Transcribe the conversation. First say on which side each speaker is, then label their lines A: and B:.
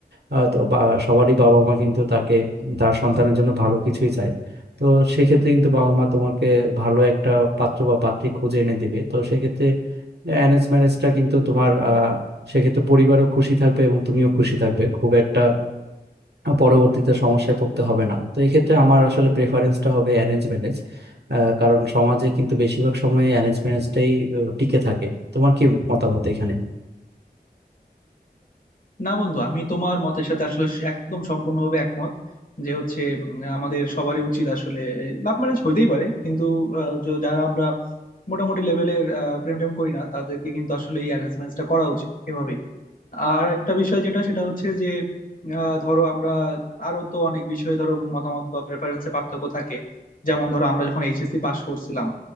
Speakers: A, on the right; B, on the left.
A: আহ, তো বা- সবারই বাবা মা কিন্তু তাকে তার সন্তানের জন্য ভালো কিছুই চায় তো সেক্ষেত্রে কিন্তু বাবা মা তোমাকে ভালো একটা পাত্র বা পাত্রী খুঁজে এনে দিবে তো সেক্ষেত্রে অ্যারেঞ্জ ম্যারেজটা কিন্তু তোমার আহ সেক্ষেত্রে পরিবারও খুশি থাকবে এবং তুমিও খুশি থাকবে খুব একটা পরবর্তীতে সমস্যায় পড়তে হবে না তো এক্ষেত্রে আমার আসলে প্রেফারেন্সটা হবে অ্যারেঞ্জ ম্যারেজ কারণ সমাজে কিন্তু বেশিরভাগ সময় অ্যারেঞ্জ ম্যারেজটাই টিকে থাকে তোমার কি মতামত এখানে
B: না বন্ধু আমি তোমার মতের সাথে আসলে একদম সম্পূর্ণভাবে একমত যে হচ্ছে উম, আমাদের সবারই উচিত আসলে লাভ ম্যারেজ হইতেই পারে কিন্তু আহ, য- যারা আমরা মোটামুটি লেভেলের প্রেম টেম করি না তাদেরকে কিন্তু আসলে এই অ্যারেঞ্জ ম্যারেজটা করা উচিত এভাবেই আর একটা বিষয় যেটা সেটা হচ্ছে যে আহ, ধরো আমরা আরো তো অনেক বিষয়ে ধরো মতামত বা প্রেফারেন্সে পার্থক্য থাকে যেমন ধরো আমরা যখন এইচএসসি পাশ করছিলাম